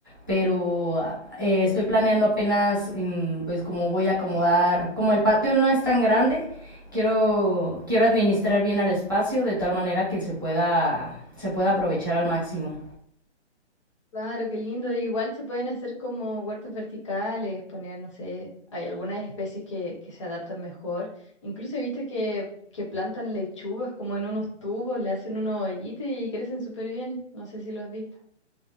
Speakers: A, on the right; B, on the left.
A: pero eh, estoy planeando apenas mm, pues como voy a acomodar, como el patio no es tan grande, quiero, quiero administrar bien el espacio de tal manera que se pueda, se pueda aprovechar al máximo.
B: Claro, qué lindo. Igual se pueden hacer como huertos verticales, poner, no sé, hay algunas especies que, que se adaptan mejor. Incluso he visto que, que plantan lechugas como en unos tubos, le hacen unos hoyitos y crecen súper bien. No sé si lo has visto.